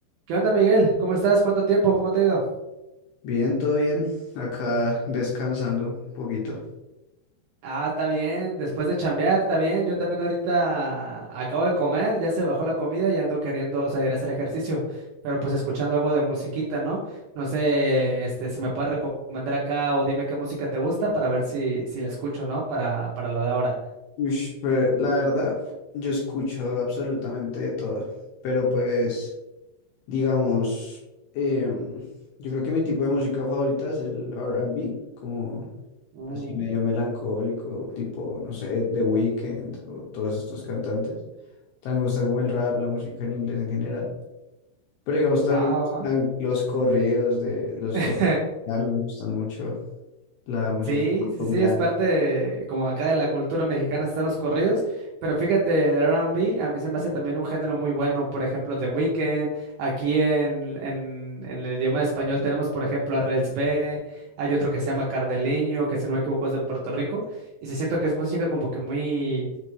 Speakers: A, on the right; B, on the left.
A: ¿Qué onda, Miguel? ¿Cómo estás? ¿Cuánto tiempo? ¿Cómo te ha ido?
B: Bien, todo bien. Acá descansando un poquito.
A: Ah, está bien. Después de chambear, está bien. Yo también ahorita acabo de comer, ya se bajó la comida y ando queriendo salir a hacer ejercicio, pero pues escuchando algo de musiquita, ¿no? No sé, este, si me puedes recomendar acá o dime qué música te gusta para ver si, si la escucho, ¿no? Para, para lo de ahora.
B: Ush, pero la verdad, yo escucho absolutamente de todo. Pero pues, digamos, em, yo creo que mi tipo de música favorita es el R&B, como
A: Uh,
B: así medio melancólico, tipo, no sé, The Weeknd o todos estos cantantes. También me gusta como el rap, la música en inglés en general. Pero digamos, también
A: va,
B: me gustan
A: va, va.
B: los corridos de los
A: <laughs>
B: corridos mexicanos, me gustan mucho la música
A: Sí,
B: colombiana.
A: sí, sí, es parte de- como acá de la cultura mexicana están los corridos, pero fíjate, el R&B a mí se me hace también un género muy bueno, por ejemplo, The Weeknd, aquí en, en, en el idioma español tenemos, por ejemplo, a Rels B, hay otro que se llama Cardeliño, que si no me equivoco es de Puerto Rico, y sí siento que es música como que muy,